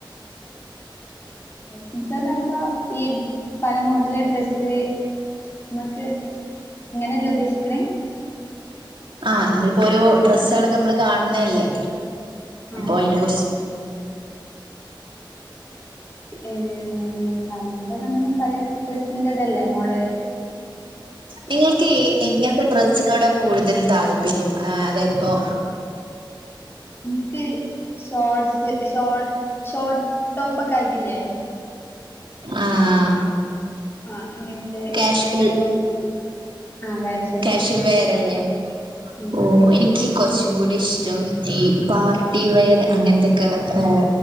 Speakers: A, on the left (about 30°); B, on the right (about 75°).
A: ഹന്ന് പറയുമ്പോ ഈ പല മോഡലില് ഡ്രസ്സ് മ്മക്ക് അങ്ങനെല്ല ഉദ്ദേശിക്കണേ
B: ആഹ നമ്മളിപ്പോ ഓരോ ഡ്രെസ്സകുകളൊക്കെ നമ്മള് കാണുന്നതല്ലേ അപ്പോ
A: ആഹ്
B: അയ്ന കൊറ്ച്ച്
A: ഏ എന്താണ് പലരെകണാലും പല ഡ്രസ്സ്ൻ്റതല്ലേ മോഡല്
B: നിങ്ങൾക്ക് ഇങ്ങനത്തെ ഡ്രസ്സിനോട് കൂടുതലും താല്പര്യം അതായതിപ്പോ
A: ഇൻക്ക് ഷോർട്സ് ഷോർ ഷോട്ട് ടോപ്പൊകായിട്ടില്ലേ
B: ആഹ്
A: ആഹ് അങ്ങനത്തെ
B: കാഷ്വൽ
A: അയിനേ പറ്റി <unintelligible>
B: ക്യാഷാൽ വെയറ് അല്ലാണ്
A: ഉം
B: ഓ എനി ക്ക് കൊറച്ചും കൂടി ഇഷ്ടം ഈ പാർട്ടി വെയറ് അങ്ങനത്തെക്ക്യ